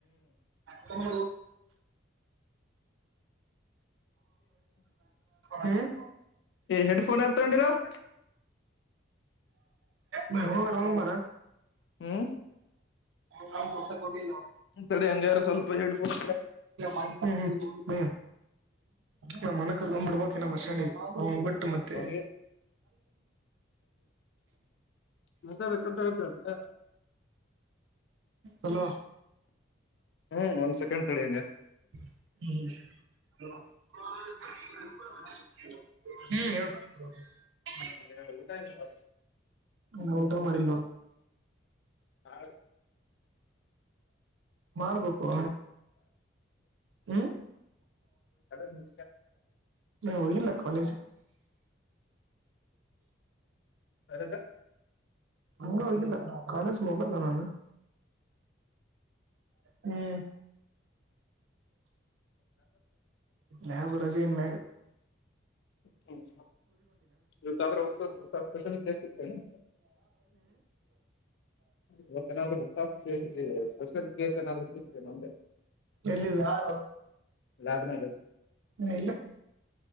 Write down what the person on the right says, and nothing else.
ತಮ್ಮ ಹ್ಮ್.
ನ ಮಾರ ಹ
ನನ್ ಮತ್ತ ಕೊಟ್ಟಿಲ್ಲ
ಹ್ಮ ಹ್ಮ ನ ಮನೆ ಕರ್ಕೊಂಡ್ಬಿಡ್ಬ ಭಷಣಿ್ ಬಿಟ್ಟ ಮತ್ತೆ
ಹಲೋ
ಹ್ಮ್ ಹ್ಮ್ ಹೇಳ್ತ
ನಾ ಊಟ ಮಾಡಿಲ್ವ
ಮಾಡ್ಬೇಕು ಹ್ಮ
ನಾ ಹೋಗಿಲ್ಲ ಕಾಲೇಜ್
ಹಂಗ ಹೋಗಿಲ್ಲ ಕಾಲೇಜ್ ಹೋಗಲ್ಲ ನಾನು ಹ್ಮ್ ಯಬ ರಜನ್ ಮೇ
ಎಲ್ಲಿಿದ ಹಾಳ
ಹಲ್ಲ